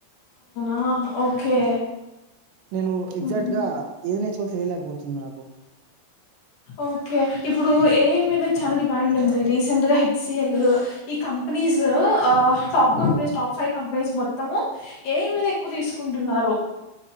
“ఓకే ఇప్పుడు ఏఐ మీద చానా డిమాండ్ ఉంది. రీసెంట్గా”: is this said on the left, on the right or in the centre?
Left